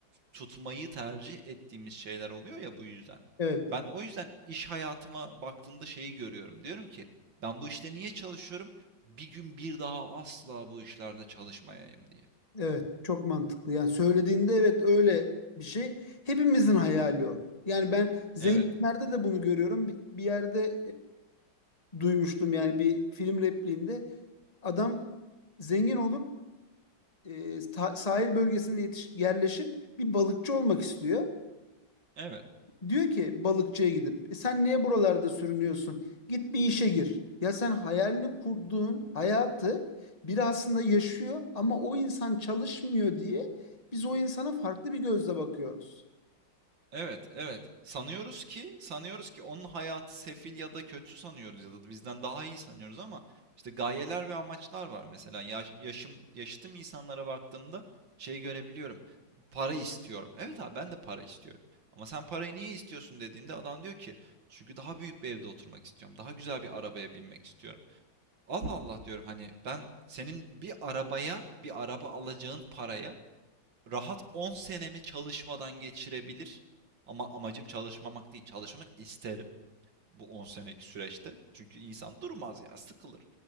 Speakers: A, on the right; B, on the left.
A: tutmayı tercih ettiğimiz şeyler oluyor ya bu yüzden.
B: Evet,
A: Ben o yüzden iş hayatıma baktığımda şeyi görüyorum. Diyorum ki ben bu işte niye çalışıyorum? Bir gün bir daha asla bu işlerde çalışmayayım diye.
B: evet çok mantıklı. Yani söylediğinde evet öyle bir şey. Hepimizin hayali o. Yani ben zenginlerde
A: Evet.
B: de bunu görüyorum. Bir, bir yerde e, duymuştum yani bir film repliğinde adam zengin olup e, ta- sahil bölgesine yetiş- yerleşip bir balıkçı olmak istiyor.
A: Evet.
B: Diyor ki balıkçıya gidip "E sen niye buralarda sürünüyorsun? Git bir işe gir. Ya sen hayalini kurduğun hayatı biri aslında yaşıyor ama o insan çalışmıyor diye biz o insana farklı bir gözle bakıyoruz.
A: Evet, evet. Sanıyoruz ki, sanıyoruz ki onun hayatı sefil ya da kötü sanıyoruz ya da bizden daha iyi sanıyoruz ama işte gayeler ve amaçlar var. Mesela yaş- yaşım yaşıtım insanlara baktığımda şey görebiliyorum. Para istiyorum. Evet abi ben de para istiyorum. Ama sen parayı niye istiyorsun dediğinde adam diyor ki çünkü daha büyük bir evde oturmak istiyorum. Daha güzel bir arabaya binmek istiyorum. Allah Allah diyorum hani ben senin bir arabaya, bir araba alacağın paraya rahat 10 senemi çalışmadan geçirebilir. Ama amacım çalışmamak değil, çalışmak isterim bu 10 senelik süreçte. Çünkü insan durmaz ya, sıkılır.